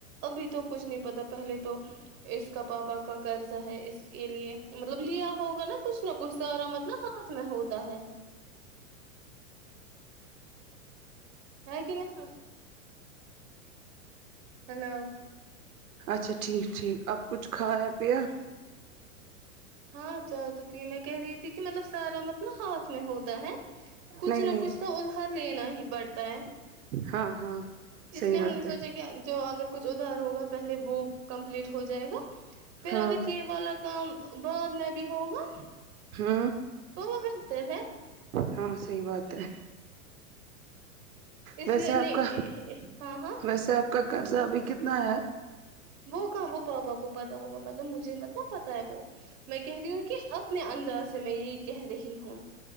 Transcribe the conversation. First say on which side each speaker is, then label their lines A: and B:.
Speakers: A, on the right; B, on the right.
A: ابھی تو کچھ نہیں پتا پہلے تو اس کا پاپا کا قرضہ ہے اس کے لیے مطلب لیا ہوگا نا کچھ نہ کچھ سارا مطلب ہات میں ہوتا ہے ہے کی نہیں سر ہیلو
B: اچھا ٹھیک ٹھیک اب کچھ کھایا پیا
A: ہاں چائے تو پی میں کہہ رہی تھی کہ مطلب سارا مت نا ہاتھ میں ہوتا ہے کچھ
B: نہیں
A: نہ
B: نہیں
A: کچھ تو ادھار لینا ہی پڑتا ہے
B: ہاں ہاں
A: اس
B: صحیح
A: لیے ہم
B: بات
A: نے سوچا
B: ہے
A: کہ جو اگر کچھ ادھار ہوگا پہلے وہ کمپلیٹ ہو جائے گا پھر
B: ہاں
A: اگر چہ یہ والا کام بعد میں بھی ہوگا
B: ہوں
A: تو وہ بہتر ہے
B: ہاں صحیح بات ہے
A: اس
B: ویسے
A: لیے
B: آپ
A: نہیں
B: کا
A: اے اے ہاں ہاں
B: ویسے آپ کا قرضہ ابھی کتنا ہے
A: وہ کہاں وہ پاپا کو پتا ہوگا مطلب مجھے مت نا پتا ہے وہ میں کہہ رہی ہوں کہ اپنے انداز سے میں یہی کہہ رہی ہوں